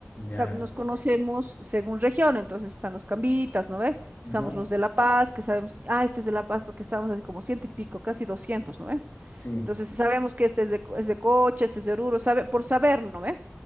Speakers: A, on the left; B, on the right.
A: ya,
B: sab- nos conocemos según región, entonces están los cambitas, ¿no ve? Estamos
A: ajá,
B: los de La Paz, que sabemos, ah, este es de La Paz, porque estábamos así como ciento y pico, casi doscientos, ¿no ve?
A: sí,
B: Entonces sabemos que este es de, co- es de Cocha, este es de Oruro, sabe, por saber, ¿no ve?